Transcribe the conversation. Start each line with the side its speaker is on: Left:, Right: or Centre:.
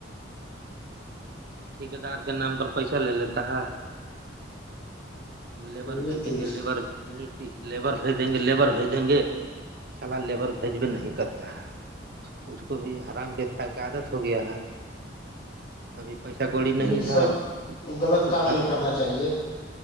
Right: ٹھیکے دار کے نام پر پیسہ لے لیتا ہے لیبر
Left: نتیش
Right: بھیجیں گے لیبر نیتیش لیبر بھیجیں گے لیبر بھیجیں گے چلا لیبر بھیج بھی نہیں کرتا ہے اس کو بھی حرام کے عادت ہو گیا ہے ابھی پیسہ کوڑی نہیں
Left: یہ
Right: ہے
Left: سب غلط
Right: تو
Left: کام نہیں کرنا چاہیے